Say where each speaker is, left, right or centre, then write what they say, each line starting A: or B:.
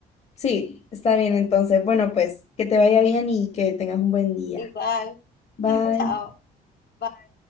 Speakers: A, on the left; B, on the left.
A: Sí, está bien entonces. Bueno, pues que te vaya bien y que tengas un buen día.
B: Igual.
A: Bye.
B: <laughs> Chao. Bye.